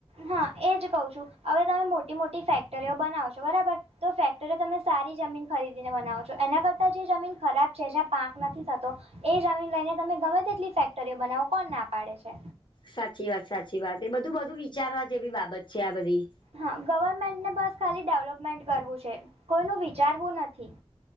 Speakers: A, on the right; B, on the left.
A: હા એજ કઉ છું હવે તમે મોટી મોટી ફેક્ટરીઓ બનાવોશો બરાબર. તો ફેક્ટરી તમે સારી જમીન ખરીદીને બનાવો છો એના કરતા જે જમીન ખરાબ છે જ્યાં પાંક નથી થતો. એ જમીન લઈને તમે ગમે તેટલી ફેક્ટરીઓ બનાવો કોણ ના પાડે છે.
B: સાચી વાત સાચી વાત એ બધું બધું વિચારવા જેવી બાબત છે. આ બધી.
A: હા ગવર્મેન્ટને બસ ખાલી ડેવલપમેન્ટ કરવું છે કોઈનું વિચારવું નથી.